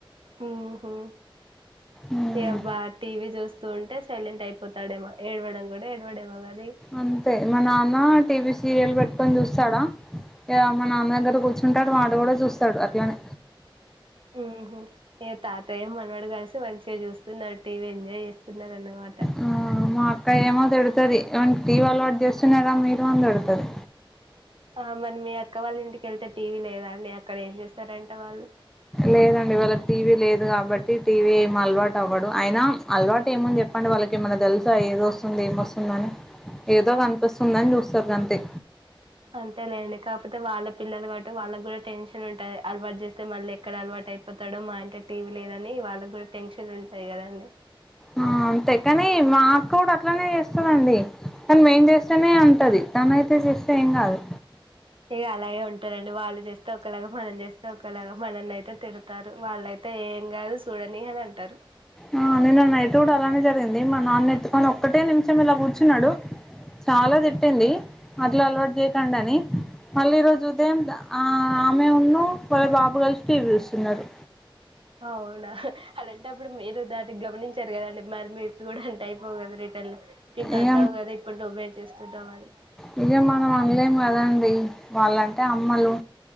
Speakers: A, on the right; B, in the centre.
A: ఉమ్ హు
B: మ్మ్
A: ఎ బా టి వి చూస్తూ ఉంటే సైలెంట్ అయిపోతాడేమో ఏడవడం కూడా ఏడవడేమో కా
B: అంతే మా నాన్న టీవీ సీరియల్ పెట్టుకొని చూస్తాడా లేదా మా నాన్న దగ్గర కూర్చుంటాడు వాడు కూడా చూస్తాడు అట్లానే
A: ఉహు ఇగ తాతయ్య మనవడు కలిసి మంచిగా చూస్తున్నారు టీవీ ఎంజాయ్ చేస్తున్నారు అన్నమాట
B: ఆ మా అక్క ఏమో తిడుతది వానికి టివి అలవాటు చేస్తున్నారా మీరు అని తడుతది
A: ఆ మరి మీ అక్క వాళ్ళ ఇంటికెళ్తే టీవీ లేదా అండి అక్కడ ఏం చేస్తారంట వాళ్ళు
B: లేదండి వాళ్ళకి టీవీ లేదు కాబట్టి టీవీ అలవాటు అవ్వడు, అయినా అలవాటు ఏముంది చెప్పండి వాళ్ళకి ఏమన్నా గర్ల్స ఏది వొస్తుంది ఎమ్ వస్తుందని అని ఏదో కనిపిస్తుందని చూస్తారు అంతే.
A: అంతేలేండి కాకపోతే వాళ్ళ పిల్లలు కాబట్టి వాళ్ళకి కూడా టెన్షన్ ఉంటది అలవాటు చేస్తే మళ్ళీ ఎక్కడ అలవాటు అయిపోతాడో, మా ఇంట్లో టీవీ లేదని వాళ్ళకి కూడా టెన్షన్ ఉన్ ఉంటాయ్ కదండి
B: ఆ అంతే కాని మా అక్క కూడా అట్లనే చేస్తదండి. తాన్ మేమ్ చేస్తేనే అంటది తనయితే చేస్తే ఎమ్ కాదు.
A: యే అలాగే ఉంటారండి వాళ్ళు చేస్తే ఒకలాగా మనం చేస్తే ఒకలాగా మనల్ని అయితే తిడతారు. వాళ్ళైతే ఎమ్ కాదు చూడని అని అంటారు
B: ఆ నిన్న నైట్ కూడా అలానే జరిగింది, మా నాన్న ఎత్తుకొని ఒక్కటే నిమిషం ఇలా కూర్చున్నాడు. చాలా తిట్టింది అట్లా అలవాటు చేయకండి అని మళ్ళీ ఈ రోజు ఉదయం ఆ ఆమెను వాళ్ళ బాబు కలిసి టీవీ చూస్తున్నారు.
A: అవునా అలాంటప్పుడు మీరు దానికి గమనించారు కదండి మరి మీరు కూడా అంటే అయిపో కదా రిటర్న్ లో. తింటా
B: ఇగ
A: అన్నావ్ కదా ఇప్పుడు నువ్వెమ్ చేస్తున్నావ్ అని.
B: నిజం మనమ్ అనలేం కాదండి వాళ్ళంటే అమ్మలు